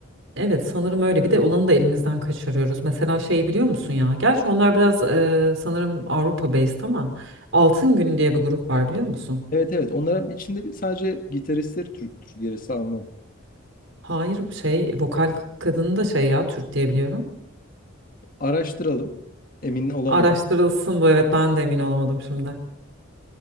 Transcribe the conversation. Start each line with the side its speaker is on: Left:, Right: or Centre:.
Right: evet sanırım öyle. Bir de olanı da elimizden kaçırıyoruz. Mesela şeyi biliyor musun ya? Gerçi onlar biraz e, sanırım Avrupa based ama Altın Gün diye bir grup var biliyor musun?
Left: Evet evet. Onlara içinde bir- sadece gitaristleri Türktür. Gerisi Alman.
Right: Hayır şey vokal kadını da şey ya Türk diye biliyorum.
Left: Araştıralım. Emin olamadım.
Right: Araştırılsın bu evet ben de emin olamadım şimdi.